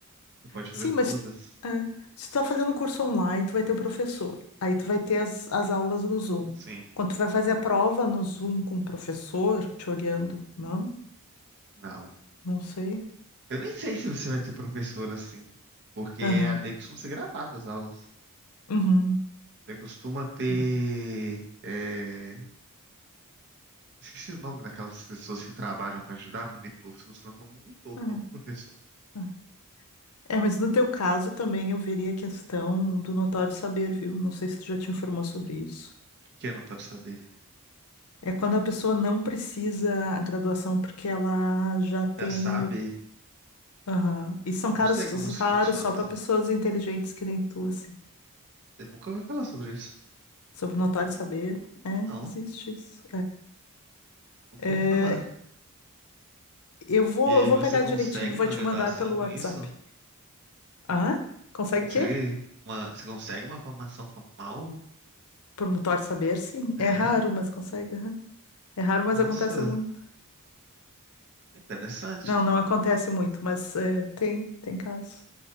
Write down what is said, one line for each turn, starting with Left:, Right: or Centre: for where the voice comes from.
Right: Você pode
Left: Sim,
Right: fazer todas.
Left: mas é, se tu tá fazendo curso online, tu vai ter o professor. Aí tu vai ter as, as aulas do Zoom.
Right: Sim.
Left: Quando tu vai fazer a prova no Zoom com o professor, te olhando, não?
Right: Não.
Left: Não sei.
Right: Eu nem sei se você vai ser professor assim. Porque
Left: Aham.
Right: E a EAD costuma ser gravada as aulas.
Left: Uhum.
Right: Você costuma ter.
Left: É,
Right: é, Esqueci o nome daquelas pessoas que trabalham para ajudar, monitor. Você costuma ter um monitor,
Left: é,
Right: não um professor. O
Left: é. É, mas no teu caso também eu veria a questão do notório saber, viu? Não sei se tu já te informou sobre isso.
Right: que que é anotado saber?
Left: É quando a pessoa não precisa a graduação porque ela já tem
Right: Já sabe?
Left: o Aham. E são
Right: Eu
Left: caros
Right: não sei como isso
Left: raros
Right: funciona.
Left: só para pessoas inteligentes que nem tu, assim.
Right: Eu nunca ouvi falar sobre isso.
Left: Sobre o notório saber. É,
Right: Não,
Left: existe isso.
Right: nunca
Left: É.
Right: ouvi
Left: É,
Right: falar.
Left: eu vou,
Right: E aí
Left: eu vou
Right: você
Left: pegar
Right: consegue
Left: direitinho, e vou
Right: uma
Left: te
Right: graduação
Left: mandar pelo
Right: com
Left: WhatsApp.
Right: isso?
Left: Ah, consegue
Right: Você consegue
Left: o quê?
Right: uma, você consegue uma formação formal?
Left: Por notório saber, sim.
Right: É.
Left: É raro, mas consegue. aham. É raro, mas
Right: Nossa,
Left: acontece muito.
Right: interessante.
Left: Não, não acontece muito, mas é, tem, tem casos.